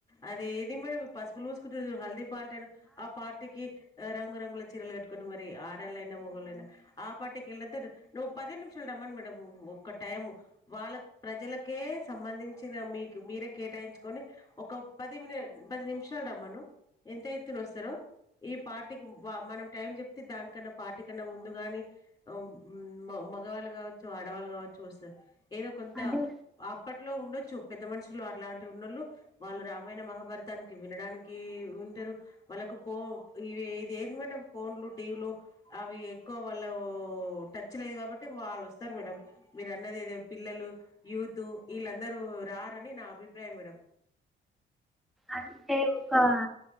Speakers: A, on the left; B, in the centre.
A: అది ఇది మేడమ్ పసుపులు పూసుకునుడు హల్దీ పల్ టను ఆ పార్టీకి రంగురంగ్ గు చీరల్ కట్టుకోని మరి ఆర్ డళ్ళైనా మొగోళ్ళైనా ఆ పార్టీకి వెల్లెంతా ర్ నువ్వు పదే నిమిషాలు రమ్మను మేడం ఒక టైము వాళ్ళ ప్రజలకే సంబంధించిన మీక్ మీరే కేటాయించుకోని ఒక పది మినిట్ పది నిమిషాల్ రమ్మను ఎంత ఎత్తునోస్తారో ఈ పార్టీకి వ మనం టైం చెప్తే దానికన్నా పార్టీ కన్నా ముందుగాని హామ్ మ్ మగ్ మగవాళ్ళు కావచ్చు ఆడవాళ్ళు కావచ్చు వస్తారు ఏదో కొంత
B: అదే
A: అప్పట్లో ఉండొచ్చు పెద్ద మనుషుల్ అలాంటి ఉన్నోళ్ళు వాళ్ళు రామాయణ మహాభారతాన్కి వినడానికి వింటారు వాళ్ళకు పో ఇద్ ఇది ఏది మేడం ఫోన్లు టీవీలు అవి ఎక్కువ వాళ్ళు ఉ టచ్ లేద్ కాబట్టి వాళ్ళోస్తారు మేడం మీరు అన్నది ఏదో పిల్లలు యూత్ ఇళ్ళందరూ రారని నా అభిప్రాయం మేడం
B: అంటే ఒక ఆ